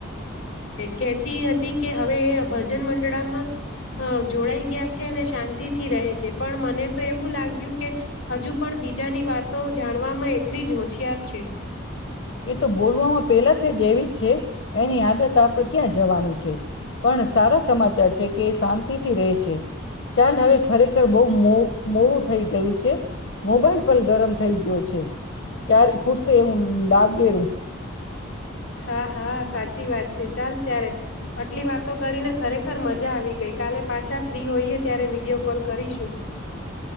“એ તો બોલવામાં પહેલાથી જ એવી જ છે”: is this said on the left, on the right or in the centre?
Left